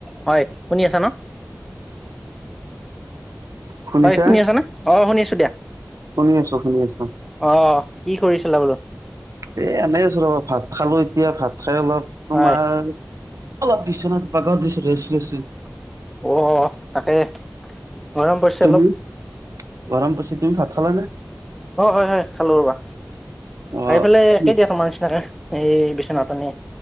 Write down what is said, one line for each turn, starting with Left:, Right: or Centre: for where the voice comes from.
Centre: হয় শুনি আছা ন?
Right: শুনিছা?
Centre: হয় শুনি আছা নে? অ শুনি আছো। দিয়া,
Right: শুনি আছো শুনি আছো।
Centre: অ কি কৰিছিলা বোলো?
Right: এ এনেই আছো ৰ ভাত খালো এতিয়া, ভাত খাই অলপ তোমাৰ
Centre: হয়
Right: অলপ বিচনাত বাগৰ দিছো ৰেছ লৈছো।
Centre: অ তাকে গৰম পৰিছে
Right: তুমি?
Centre: অলপ।
Right: গৰম পৰিছে তুমি ভাত খালা নে?
Centre: অ হয় হয় খালো ৰবা,
Right: অ'
Centre: আহিফালে
Right: কি
Centre: একেই দিয়া তোমাৰ নিচিনাকে। এই বিচনাট এনেই